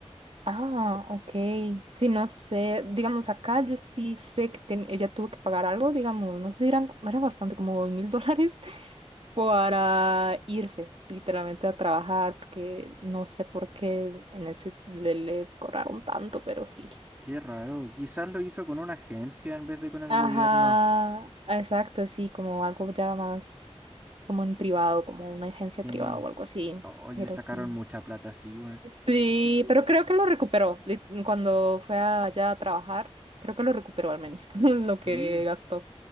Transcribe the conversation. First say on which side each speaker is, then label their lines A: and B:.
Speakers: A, on the right; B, on the right.
A: Ah, ok. Sí, no sé, digamos, acá yo sí sé que ten- ella tuvo que pagar algo, digamos, no sé, si eran, era bastante como dos mil <laughs> dólares para irse literalmente a trabajar, porque no sé por qué en ese le, le cobraron tanto, pero sí.
B: Qué raro, quizás lo hizo con una agencia en vez de con el
A: Ajá,
B: gobierno.
A: exacto, sí, como algo ya más como en privado, como una agencia
B: Sí,
A: privada o algo así,
B: hoy
A: pero
B: le sacaron
A: sí.
B: mucha plata, sí, güey.
A: Sí, pero creo que lo recuperó li- cuando fue allá a trabajar. Creo que lo recuperó al menos <laughs> lo que
B: Sí,
A: gastó.